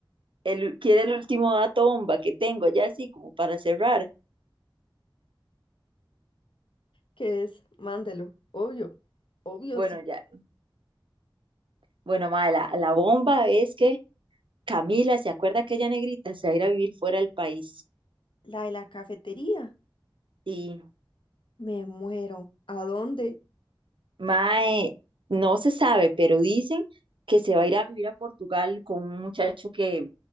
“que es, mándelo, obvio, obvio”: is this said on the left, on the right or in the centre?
Left